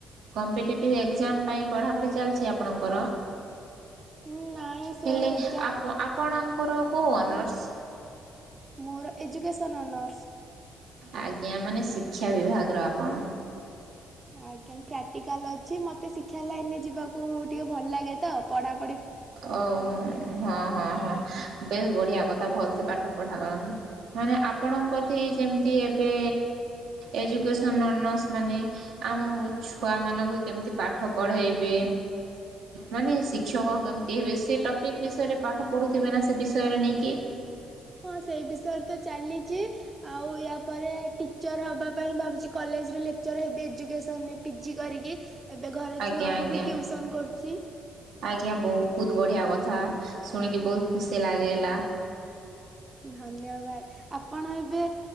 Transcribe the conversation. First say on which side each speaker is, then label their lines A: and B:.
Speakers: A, on the right (about 80°); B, on the right (about 30°).
A: କମ୍ପିଟେଟିଭ ଏଗଜ ଏଜାମ ପାଇଁ ପଢାପଢି ଚାଲିଛି ଆପଣଙ୍କର?
B: ନାଇଁ ସେଇ
A: ହେଲେ
B: ଏକ୍ଜାମ
A: ଆପ ଆପଣ ତାର କ ଅନନର୍ସ,
B: ମୋର ଏଜୁକସନ୍ ଅନର୍ସ,
A: ଆଜ୍ଞା ମାନେ ଶିକ୍ଷା ବିଭାଗର ଆପଣ,
B: ଆଜ୍ଞା ପ୍ରାକ୍ଟିକାଲ ଅଛି ମତେ ଶିକ୍ଷା ଲାଇନରେ ଯିବାକୁ ଟିକେ ଭଲ ଲାଗେ ତ ପଢା
A: ଓ ହଁ ହଁ ହଁ, ବେଶ ବଢ଼ିଆ କଥା ଭଲ ସେେ ପାଠ ପଢ଼ା କରନ୍ତୁ ମାନେ ଆପଣଙ୍କଠ ଯେମିତି ଏବେ ଏଜୁକେସନ୍ ନସ ମାନେ ଆମ ଛୁଆମାନନଙ୍କୁ କେମିତି ପାଠ ପଢ଼ାଇବେ ମାନେ ଶିକ୍ଷକ କେମତି ତବେ ସେ ଟପିକ ବିଷୟରେ ପାଠ ପଢୁଥିବେ ନା ସେ ବିଷୟରେ ନେଇକି,
B: ହଁ ସେଇ ବିଷୟରେ ତ ଚାଲିଛି ଆଉ ୟା ପରେ ଟିଚର ହବା ପାଇଁ ଭାବୁଛି କଲେଜରେ ଲେକ୍ଚର ହେବି ଏଜୁକସନ ପିଜି କରିକି। ଏବେ ଘରେ
A: ଆଜ୍ଞା
B: ଛୁଆଙ୍କୁ
A: ଆଜ୍ଞା
B: ବି ଟିଉସନ କରୁଛି।
A: ଆଜ୍ଞା ବହୁତ ବଢିଆ କଥା। ହାଁ ଶୁଣିକି ବହୁତ ଖୁସି ଲାଗିଲା।
B: ଧନ୍ୟବାଦ ଆପଣ ଏବେ